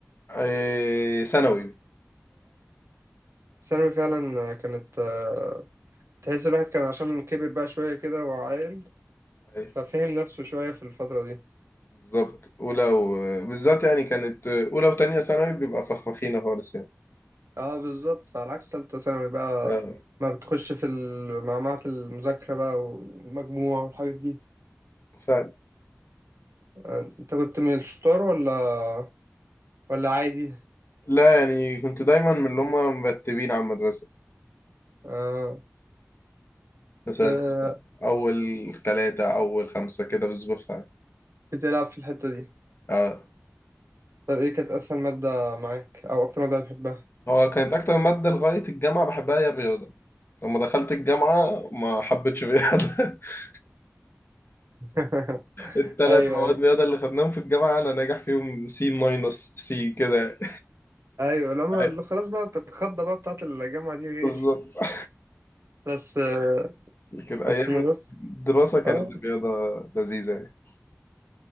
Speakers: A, on the left; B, on the right.
A: أي- ثانوي
B: ثانوي فعلا كانت آه، تحس الواحد كان عشان كبر بقى شوية كده وعاقل
A: أي،
B: ففهم نفسه شوية في الفترة دي
A: بالظبط أولى و... بالذات يعني كانت أولى وتانية ثانوي بيبقى فخفخينة خالص يعني
B: اه بالظبط على عكس تالتة ثانوي بقى
A: آه.
B: ما بتخش في ال- معمعة المذاكرة بقى والمجموع والحاجات دي
A: فعلا
B: آه، انت كنت من الشطار ولا ولا عادي؟
A: لا يعني كنت دايما من اللي هم مرتبين على المدرسة
B: آه
A: مثلا
B: ب...
A: اول ثلاثة اول خمسة كده بظبطها يعني
B: بتلعب في الحتة دي
A: اه
B: طب ايه كانت اسهل مادة معاك او اكتر مادة بتحبها
A: هو كانت اكتر مادة لغاية الجامعة بحبها هي الرياضة لما دخلت الجامعة ما حبيتش الرياضة <laughs>
B: <laughs>
A: الثلاث
B: ايوه
A: مواد
B: ايوه
A: رياضة اللي خدناهم في الجامعة انا ناجح فيهم سي ماينس سي كده
B: ايوه لما
A: يعني
B: اللي خلاص بقى الخضة بقى بتاعت الجامعة دي غير
A: بالظبط <laughs>
B: بس آه،
A: لكن ايام
B: بس في المدرسة
A: الدراسة كانت
B: اه
A: الرياضة لذيذة يعني